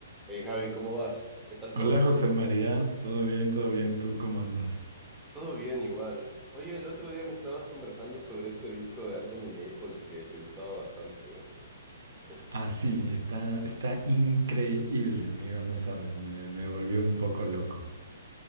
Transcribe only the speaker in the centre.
Hey Javi, ¿cómo vas? ¿Qué tal todo?
Todo bien igual. Oye, el otro día me estabas conversando sobre este disco de Anthony Naples que te gustaba bastante. ¿Cómo,